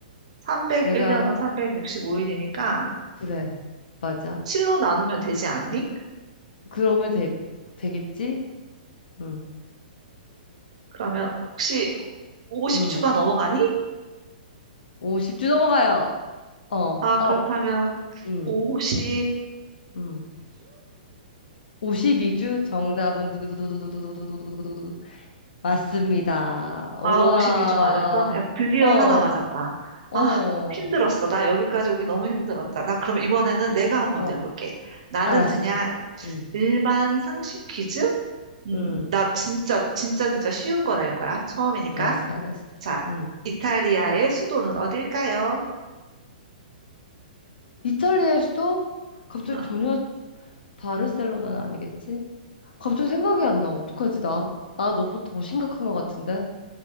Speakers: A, on the right; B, on the left.
A: 301년은
B: 내가,
A: 365일이니까
B: 그래, 맞아.
A: 7로 나누면 되지 않니?
B: 그러면 되, 되겠지? 응,
A: 그러면 혹시 50주가
B: 응.
A: 넘어가니?
B: 50주 넘어가요. 어,
A: 아,
B: 업,
A: 그렇다면
B: 응,
A: 52주?
B: 응. 52주 정답은 두구두구두구두구두구두구두구두구 맞습니다. 우와.
A: 아, 52주 맞았어? 야, 드디어
B: 어,
A: 하나 맞았다.
B: 어,
A: 아, 힘들었어. 나 여기까지 오기 너무 힘들었다. 나 그럼 이번에는 내가 한번
B: 어.
A: 내볼게. 나는
B: 알았어.
A: 그냥
B: 응,
A: 일반 상식 퀴즈? 음,
B: 응.
A: 나 진짜, 진짜, 진짜 쉬운 거 낼 거야. 처음이니까.
B: 알았어, 알았어.
A: 자,
B: 응.
A: 이탈리아의 수도는 어딜까요?
B: 이탈리아일 수도? 갑자기
A: 응,
B: 전혀 바르셀로나는 아니겠지? 갑자기 생각이 안 나. 어떡하지, 나? 나 너무 더 심각한 것 같은데?